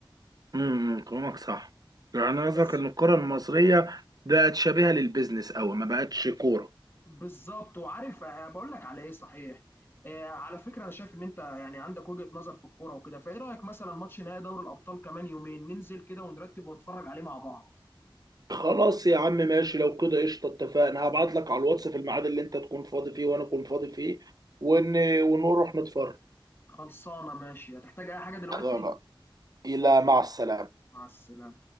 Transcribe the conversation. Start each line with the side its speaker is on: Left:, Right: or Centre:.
Right: امم كلامك صح يعني قصدك
Left: بس
Right: ان الكره المصريه بقت شبيهه للبيزنس قوي ما بقتش كوره
Left: بالظبط وعارف آه، بقول لك على ايه صحيح آه، على فكره انا شايف ان انت يعني عندك وجهه نظر في الكوره وكده فايه رايك مثلا ماتش نهائي دوري الابطال كمان يومين ننزل كده ونرتب ونتفرج عليه مع بعض
Right: خلاص يا عم ماشي لو كده قشطه اتفقنا هبعت لك على الواتس في الميعاد اللي انت تكون فاضي فيه وانا اكون فاضي فيه ون... ونروح نتفرج
Left: خلصانه ماشي هتحتاج اي حاجه دلوقتي
Right: خلاص الى مع السلامه
Left: مع السلامه